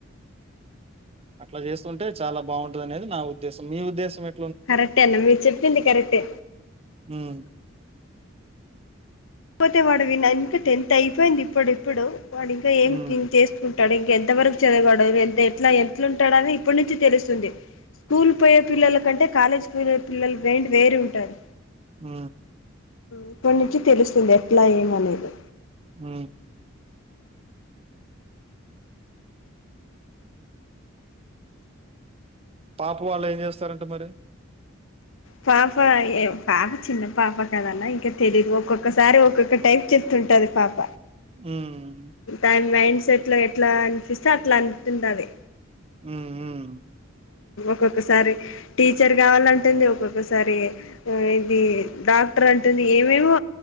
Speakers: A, on the right; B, on the left.
A: అట్లా చేస్తుంటే చాలా బాగుంటది అనేది నా ఉద్దేశం మీ ఉద్దేశం ఏ
B: కరెక్టే అన్న మీరు చెప్పింది కరెక్టే
A: హ్మ్.
B: లేకపోతే వాడు వి ఇంకా టెన్త్ అయిపోయింది ఇప్పుడుప్పుడు వాడు ఇంకా ఏం
A: హ్మ్.
B: థింక్ చేస్తూ టడు ఇంక ఎంత వరకు చదగడు ఎ ఎట్లా ఎట్లుంటాడుని ఇప్పటి నుంచి తెలుస్తుంది స్కూల్ పోయే పిల్లల కంటే కాలేజ్ పోయే పిల్లల వైండ్ వేరే ఉంటాది
A: ఆ
B: ఇప్పటి నుంచి తెలుస్తుంది ఎట్లా ఏమనేది
A: ఉ పాప వాళ్ళు ఏం చేస్తారంటే మారే
B: పాప ఏ పాప చిన్న పాప కదన్నా ఇంకా తెలీయదు ఒక్కొక్కసారి ఒక్కొక్క టైప్ చెప్తు ఉంటది పాప
A: హమ్
B: దాని మైండ్ సెట్ లో ఎట్లా అనిపిస్తే అట్లా అంటుంటాది
A: ఉ ఉ
B: ఒక్కొక్కసారి టీచర్ కావాలంటుంది ఒక్కొక్కసారి ఇది డాక్టర్ అంటుంది ఏమేమో